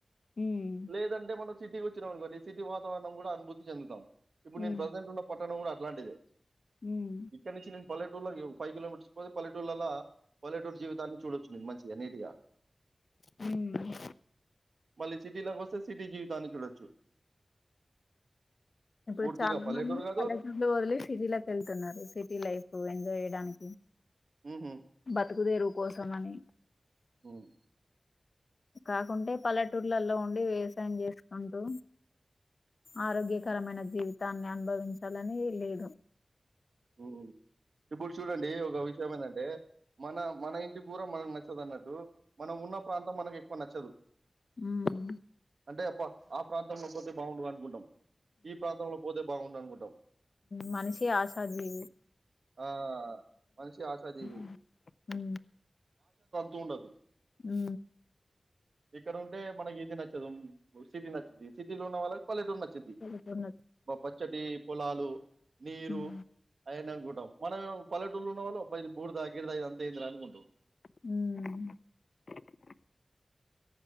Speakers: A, on the left; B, on the right.
A: హ్మ్.
B: లేదంటే మనకు సిటీకి వచ్చినం అనుకోండి సిటి వాతారణం కూడా అనుభూతి చెందుతాం ఇప్పుడు
A: హ్మ్.
B: నేను ప్రెసెంట్ ఉన్న పట్టణం కూడా ఇట్టాంటిదే
A: హ్మ్.
B: ఇకనించి నే పలెట్ ఫైవ్ కిలోమీటర్స్ పోతే పల్లెటూలల్లా పల్లెటూర్ జీవితాన్ని చూడొచ్చు మంచిగా నీట్గా
A: హ్మ్.
B: మళ్ళీ సిటీలోకొస్తే సిటి జీవి దాన్ని చూడొచ్చు
A: ఇప్పుడు
B: పూర్తిగా
A: చాలా
B: పల్లెటూరు
A: మంది
B: కాదు
A: పల్లెటూర్లు వదిలేసి సిటీలకి వెళ్తున్నారు సిటీ లైఫ్ ఎంజాయ్ డానికి
B: ఉహు
A: బతుకుదెరువు కోసం అని
B: హ్మ్,
A: కాకుంటే పల్లెటూర్లలో ఉండి వ్యవసాయం చేసుకుంటూ ఆరోగ్యకరమైన జీవితాన్ని అనుభవించాలని లేదు
B: ఉమ్ ఇప్పుడు చూడండి ఒక విషయం ఏంటంటే మన మన ఇంటి పూరం మనకు నచ్చదు అన్నట్టు. మనం ఉన్న ప్రాంతం మనకు ఎక్కువ నచ్చదు.
A: ఉమ్
B: అంటే పా ఆ ప్రాంతంలో పోతే బాగుండు అనుకుంటం. ఈ ప్రాంతంలో పోతే బాగుండు అనుకుం టం.
A: మనషీ ఆస్ ఉంటది.
B: ఆ! మనిషి ఆశాజీవి.
A: <inaudible> హ్
B: తూండదు.
A: హ్
B: ఇక్కడ ఉంటే మనకి ఇది నచ్చదు సిటీ నచ్చుద్ది. సిటీ లో ఉన్న వాళ్ళకు పల్లెటూరు నచ్చిద్ది.
A: పల్లెటూరులో
B: పచ్చటి పొలాలు, నీరు
A: ఉమ్
B: <inaudible> అనుకుంటం మనమేమో పల్లెటూర్లో ఉన్నవాళ్ళు అబ్బ ఇది బూరుదా గిరిదా ఇదంతా ఎందిరా అనుకుంటరు.
A: హ్